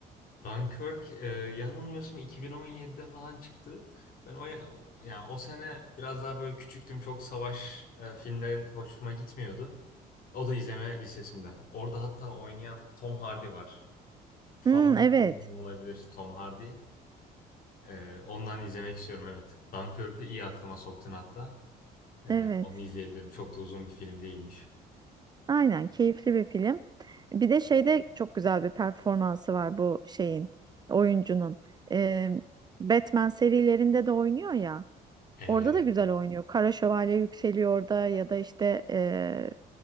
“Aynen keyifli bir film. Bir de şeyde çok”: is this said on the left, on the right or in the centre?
Right